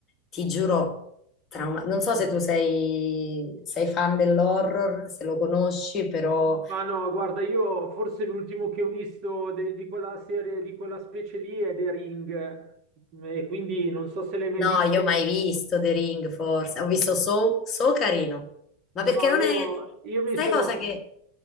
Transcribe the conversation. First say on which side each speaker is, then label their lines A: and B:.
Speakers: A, on the left; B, on the right.
A: ti giuro, trauma. Non so se tu sei, sei fan dell'horror, se lo conosci, però...
B: Ma no, guarda, io forse l'ultimo che ho visto de- di quella serie, di quella specie lì è The Ring, e quindi non so se l'hai mai
A: No,
B: visto.
A: io ho mai visto The Ring, forse. Ho visto So, So carino. Ma perché
B: No,
A: non è...
B: io, io mi
A: Sai
B: sono...
A: cosa che...